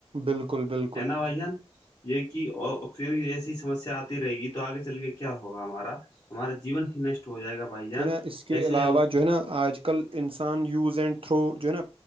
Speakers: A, on the right; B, on the left.
A: بالکل بالکل
B: نا بھ جان یہ کہ آکسیجن کی جسی سسیا آتی رہے گی تو آگے چل کے کیا ہوگا ہمارا ہمارا جیون ہی نشٹ ہو جائے گا بھائی جان
A: جو ہے نا اس کے
B: ایسے
A: علاوہ
B: ہم
A: جو ہے نا آج کل انسان یوز اینڈ تھرو جو ہے نا